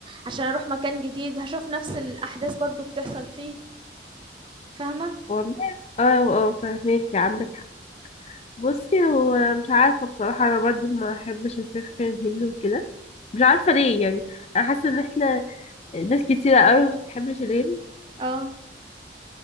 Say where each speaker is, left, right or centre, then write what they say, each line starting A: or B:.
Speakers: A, on the right; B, on the left.
A: عشان أروح مكان جديد هشوف نفس الأحداث برضو بتحصل فيه فاهمة؟
B: والله اه اه فاهماكي عندك حق بصي هو مش عارفة بصراحة أنا برضو ما أحبش أسافر الهند وكده مش عارفة ليه يعني أنا حاسة إن احنا ناس كتيرة أوي ما بتحبش الهند
A: اه